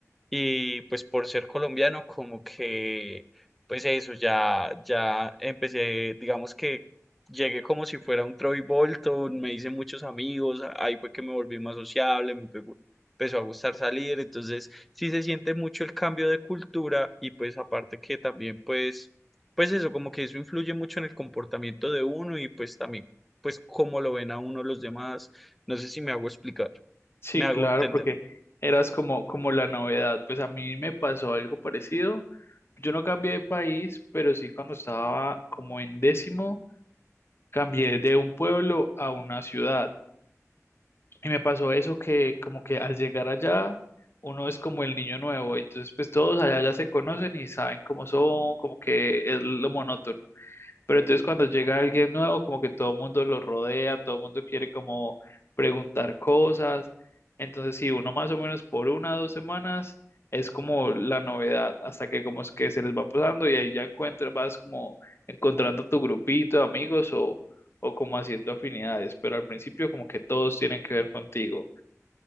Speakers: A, in the centre; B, on the left.
A: y pues por ser colombiano, como que, pues eso, ya, ya empecé, digamos que llegué como si fuera un Troy Bolton, me hice muchos amigos, ahí fue que me volví más sociable, me pegó- empezó a gustar salir, entonces sí se siente mucho el cambio de cultura y pues aparte que también pues, pues eso, como que eso influye mucho en el comportamiento de uno y pues también, pues cómo lo ven a uno los demás, no sé si me hago explicar,
B: Sí,
A: me hago
B: claro,
A: entender.
B: porque eras como, como la novedad. Pues a mí me pasó algo parecido. Yo no cambié de país, pero sí cuando estaba como en décimo, cambié de un pueblo a una ciudad. Y me pasó eso que como que al llegar allá, uno es como el niño nuevo. y Entonces pues todos allá ya se conocen y saben cómo son, como que es lo monótono. Pero entonces cuando llega alguien nuevo, como que todo el mundo lo rodea, todo el mundo quiere como preguntar cosas. Entonces, si uno más o menos por una o dos semanas es como la novedad, hasta que como es que se les va pasando y ahí ya encuentras, vas como encontrando tu grupito de amigos o, o como haciendo afinidades. Pero al principio como que todos tienen que ver contigo.